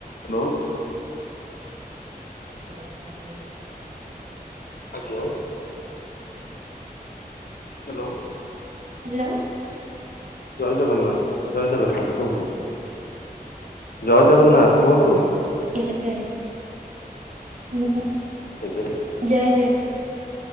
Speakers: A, on the left; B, on the right.
A: Hello.
B: ଓ ହ <inaudible>
A: ଆଜ୍ଞା। ହାଲୋ।
B: ହାଲୋ।
A: ଜୟ ଜଗନ୍ନାଥ। ଜୟ ଜଗନ୍ନାଥ। କୁହନ୍ତୁ? ଜୟ ଜଗନ୍ନାଥ। କୁହନ୍ତୁ?
B: ଆ ଯା <inaudible>
A: ଓକେ।
B: ଜୟ ଜୟ